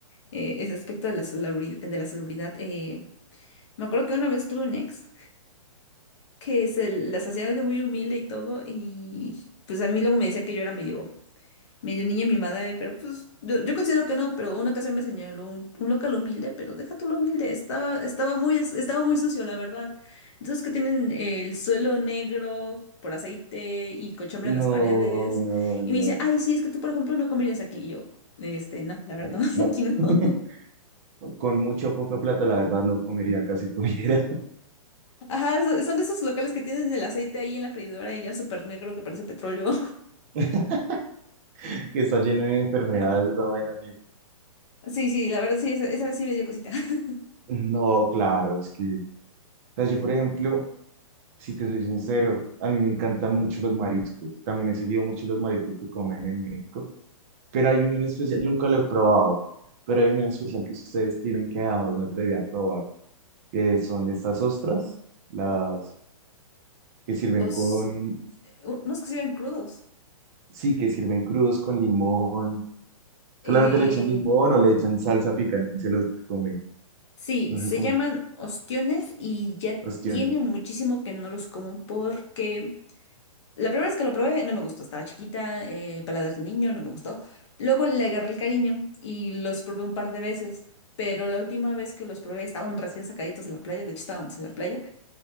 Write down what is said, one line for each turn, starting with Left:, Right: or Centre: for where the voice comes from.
Left: eh, ese aspecto de la celebridad. De la celebridad eh, me acuerdo que una vez tuve un ex que se las hacía de muy humilde y todo y pues a mí luego me decía que yo era medio medio niña mimada, eh, pero pues yo, yo considero que no, pero una ocasión me señaló un, un local humilde, pero deja tú lo humilde, estaba, estaba muy, as- estaba muy sucio, la verdad. Entonces que tienen el suelo negro por aceite y cochambre
Right: No,
Left: en las paredes.
Right: no,
Left: Y
Right: no,
Left: me dice, ay, sí, es que tú, por ejemplo, no comerías aquí. Y yo, este, no, la verdad,
Right: eh,
Left: no,
Right: no.
Left: <laughs> aquí no.
Right: <laughs> Con mucho o poca plata, la verdad, no comería casi tuviera.
Left: Ajá, so- son de esos locales que tienen el aceite ahí en la freidora y ya súper negro que parece petróleo. <laughs>
Right: <laughs> Que está lleno de enfermedades esa vaina, amigo.
Left: Sí, sí, la verdad, sí, esa, esa vez sí me dio cosita. <laughs>
Right: No, claro, es que, o sea, yo por ejemplo, Si te soy sincero, a mí me encantan mucho los mariscos. También he seguido mucho los mariscos que comen en México, pero hay uno en especial, nunca lo he probado, pero hay uno en especial que ustedes tienen que jamás me atrevería a probar, que son estas ostras, las que sirven
Left: Os,
Right: con,
Left: eh, unos que se iban crudos.
Right: sí, que sirven crudos con limón.
Left: Eh,
Right: Solamente le echan limón o le echan salsa picante y se los comen.
Left: Sí,
Right: No
Left: se
Right: sé cómo,
Left: llaman ostiones y ya
Right: ostiones.
Left: tiene muchísimo que no los como porque la primera vez que lo probé no me gustó, estaba chiquita, eh, paladar de niño, no me gustó. Luego le agarré el cariño y los probé un par de veces, pero la última vez que los probé estaban recién sacaditos de la playa, de hecho estábamos en la playa,